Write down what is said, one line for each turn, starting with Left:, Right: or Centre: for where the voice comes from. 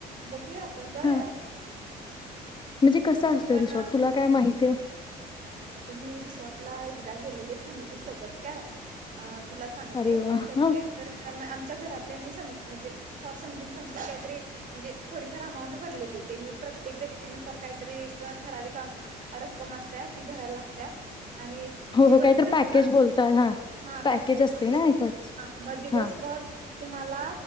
Right: बघूया आपण जाऊया.
Left: हा म्हणजे कसा
Right: अ
Left: असत
Right: पण
Left: रिसॉर्ट तुला काय माहितय?
Right: अगं मी रिसॉर्ट ला एकदा गेलेले फॅमिली सोबत काय. अ तुला सांगते
Left: अरे वा
Right: त्यांनी
Left: हा
Right: काय तर आमच्या घरातल्यानी सम म्हणजे फॉर समथिंग समथिंग कायतरी म्हणजे थोडीफार अमाऊंट भरलेली त्यांनी प्रत्येक व्यक्तीनुसार कायतरी एक ठरावी अमा रक्कम असत्या ती भरायला लागत्या. आणि
Left: हो
Right: दिवसभर
Left: हो काय तर पॅकेज
Right: ना
Left: बोलतात हा.
Right: हा
Left: पॅकेज
Right: पॅकेजच
Left: असते
Right: की
Left: ना एकाच
Right: हा म दिवसभर
Left: हा
Right: तुम्हाला